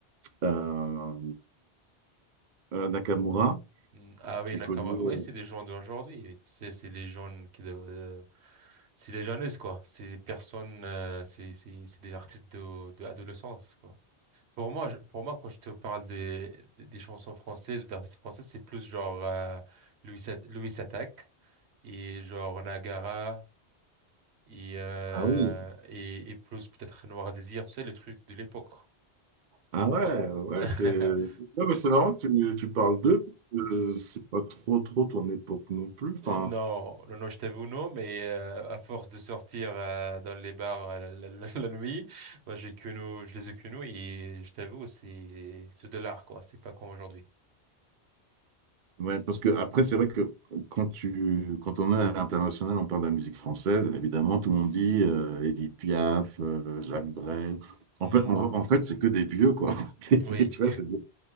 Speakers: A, on the right; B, on the right.
A: euh, Nakamura,
B: Mm, Ah oui,
A: qui
B: Nakama.
A: est connu.
B: Oui,
A: euh,
B: c'est des gens d'aujourd'hui. Tu sais, c'est les jeunes qui doivent, euh, c'est les jeunes, quoi. C'est des personnes, euh, c'est, c'est, c'est des artistes de, de adolescence, quoi. Pour moi, je- pour moi, quand je te parle des, des, des chansons françaises, d'artistes français, c'est plus genre, euh, Louis, Sat- Louis Attaque et genre Nagara et, euh,
A: Ah oui,
B: et, et plus peut-être Noir Désir, tu sais, les trucs de l'époque.
A: ah ouais, ouais,
B: <laughs>
A: c'est. Non, mais c'est marrant, que tu, tu parles d'eux, parce que c'est pas trop, trop ton époque non plus. Enfin,
B: Euh, Non, non, non, je t'avoue non, mais euh, à force de sortir euh, dans les bars euh, la, la- la- <laughs> la nuit, bah, j'ai que nous, je les ai que nous et je t'avoue, c'est ce dollar quoi, c'est pas comme aujourd'hui.
A: Ouais, parce que après, c'est vrai que quand tu, quand on est à l'international, on parle de la musique française, évidemment, tout le monde dit euh, Édith Piaf, euh, Jacques Brel.
B: Hmm,
A: En fait, en, en fait, c'est que des vieux, quoi. <laughs> Tu
B: Oui,
A: vois, c'est des-